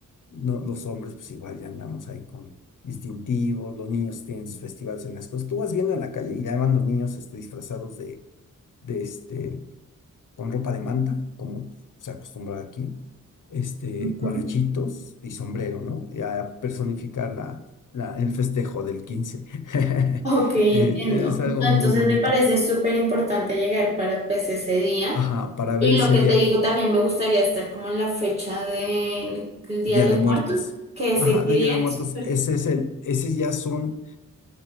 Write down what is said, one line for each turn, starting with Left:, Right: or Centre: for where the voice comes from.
Left: No, los hombres pues igual ya andamos ahí con distintivos, los niños tienen sus festivales en las cosas. Tú vas viendo en la calle y ya van los niños este, disfrazados de, de, este, con ropa de manta, como se acostumbra aquí, este,
Right: ujú.
Left: guarachitos y sombrero, ¿no? Y a personificar la, la- el festejo del quince, <laughs>
Right: Ok, entiendo.
Left: Eh, Es algo
Right: Entonces
Left: muy bonito.
Right: me parece súper importante llegar para pues ese día.
Left: Ajá, para
Right: Y
Left: ver ese
Right: lo que
Left: día
Right: te digo
Left: que,
Right: también me gustaría estar como en la fecha de- del Día
Left: Día
Right: de
Left: de
Right: los
Left: Muertos.
Right: Muertos, que
Left: Ajá,
Right: sé qué
Left: de
Right: día
Left: Día de Muertos,
Right: es,
Left: ese es el, ese ya son